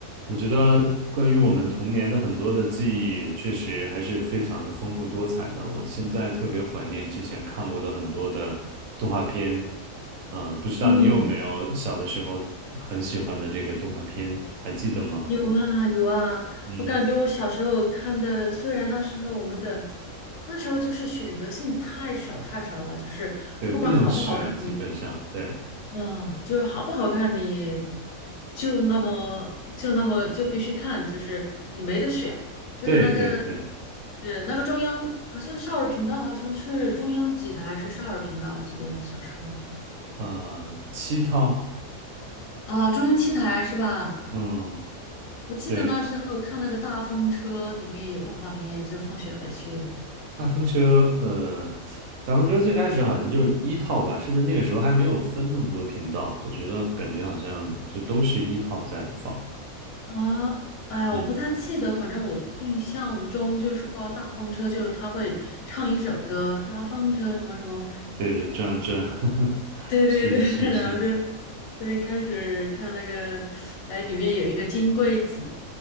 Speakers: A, on the right; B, on the left.
A: 我觉得关于我们童年的很多的记忆，确实还是非常的丰富多彩的。我现在特别怀念之前看过的很多的动画片，嗯、不知道你有没有小的时候很喜欢的这个动画片，
B: 嗯，
A: 还记得吗？
B: 有啊有啊，
A: 嗯，
B: 我感觉我小时候看的，虽然那时候我们的那时候就是选择性太少太少了，就是不管好不好看你，
A: 对，不能选，基本上，对，
B: 啊，就是好不好看你就那么就那么就必须看，就是你没得选，就是那个
A: 对对对，
B: 是那个中央好像少儿频道好像是中央几台还是少儿频道，我记得小时候
A: 呃，七套，
B: 啊，中央七台是吧？
A: 嗯，
B: 我记得那时候看那个大风车里面有动画片，
A: 对。
B: 就放学回去
A: 大风车，呃，大风车最开始好像就是一套吧，是不是那个时候还没有分那么多频道？我觉得感觉好像就都是一套在放。
B: 啊，哎呀，
A: 嗯，
B: 我不太记得，反正我印象中就是说大风车就是他会唱一首歌，大风车什么什么，
A: 对对，这这 <laughs>
B: <laughs> 对对对，
A: 是是是，
B: <laughs> 然后就对开始看那个，哎，里面有一个金龟子，